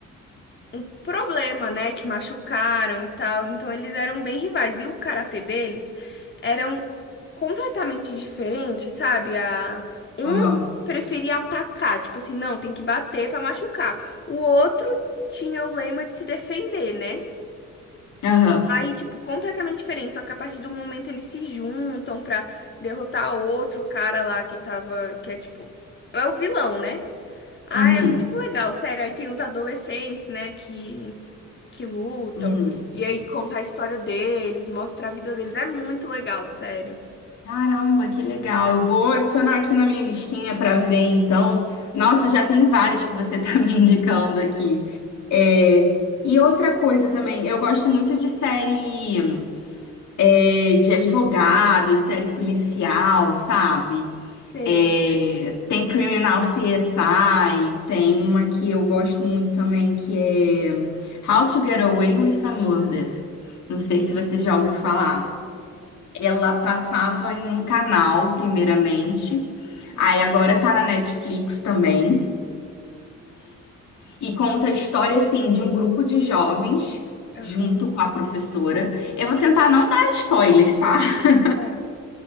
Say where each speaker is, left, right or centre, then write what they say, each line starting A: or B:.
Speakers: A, on the left; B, on the left.
A: um problema, né? Que machucaram e tal. Então eles eram bem rivais. E o karatê deles eram completamente diferentes, sabe? A... Um
B: aham,
A: preferia atacar, tipo assim, não, tem que bater pra machucar. O outro tinha o lema de se defender, né?
B: aham,
A: Aí, tipo, completamente diferente. Só que a partir do momento eles se juntam pra derrotar outro cara lá que tava. Que é tipo. É o vilão, né? Ah,
B: uhum,
A: é muito legal, sério. Aí tem os adolescentes, né? Que que lutam,
B: uhum.
A: e aí contar a história deles, mostrar a vida deles. É muito legal, sério.
B: Caramba, que legal. Eu vou adicionar aqui na minha listinha para ver, então. Nossa, já tem várias que você tá <laughs> me indicando aqui. É, E outra coisa também, eu gosto muito de série é, de advogados, série policial, sabe?
A: Sei.
B: É, Tem Criminal CSI, tem uma que eu gosto muito também, que é How to Get Away with a Murder. Não sei se você já ouviu falar. Ela passava em um canal, primeiramente.
A: Hum.
B: Aí agora tá na Netflix também. E conta a história, assim, de um grupo de jovens,
A: Aham.
B: junto com a professora. Eu vou tentar não dar spoiler, tá? <laughs>
A: Tá.